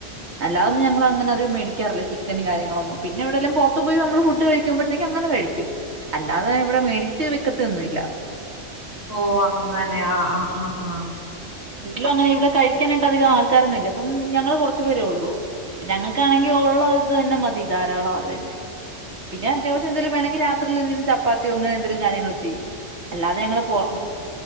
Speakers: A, on the right; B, on the right.
A: അല്ലാതൊന്നും ഞങ്ങളങ്ങനെ അധികം മേടിക്കാറില്ല, ചിക്കനും കാര്യങ്ങളൊന്നും. പിന്നെ എവിടേലും പുറത്തു പോയി നമ്മൾ ഫുഡ് കഴിക്കുമ്പോഴത്തേക്കും അങ്ങനെ കഴിക്കും അല്ലാതെ ഇവിടെ മേടിച്ച് വെക്കത്തൊന്നുംല്ല.
B: ഓ! അങ്ങനെ, ആ! ആ! ആ ആ
A: വീട്ടിലു അങ്ങനെ ഇവിടെ കഴിക്കാനായിട്ടധികം ആൾക്കാരൊന്നും ഇല്ല ഇപ്പം ഞങ്ങള് കുറച്ചുപേരേ ഒള്ളൂ. ഞങ്ങൾക്കാണെങ്കിൽ ഉള്ള അത് തന്നെ മതി ധാരാളം അത് തന്നെ പിന്നെ അത്യാവശ്യം എന്തേലും വേണെങ്കി രാത്രീൽ എന്തെങ്കിലും ചപ്പാത്തിയോ ന്ദ്ര് അങ്ങനെ എന്തേലും കാര്യങ്ങള് ചെയ്യും. അല്ലാതെ ഞങ്ങള്
B: ഓ